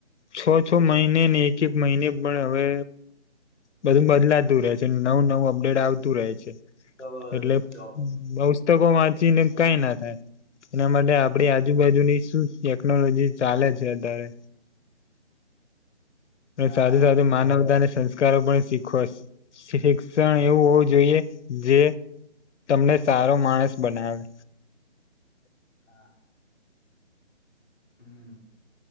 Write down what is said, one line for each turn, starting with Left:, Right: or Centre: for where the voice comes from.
Left: છ-છ મહિને ને એક-એક મહિને પણ હવે બધું બદલાતું રહે છે. નવું નવું અપડેટ આવતું રહે છે.
Centre: તો
Left: એટલે.
Centre: ચોપ
Left: પુસ્તકો વાંચી ને કઈ ના થાય, એના માટે આપણી આજુબાજુની શું? ટેકનોલોજી ચાલે છે અત્યારે.
Centre: હા
Left: સાથે, સાથે માનવતાને. સંસ્કારો પણ શીખવા, શિક્ષણ એવું હોવું જોઈએ, જે તમને સારો માણસ બનાવે.
Centre: હ. હમ,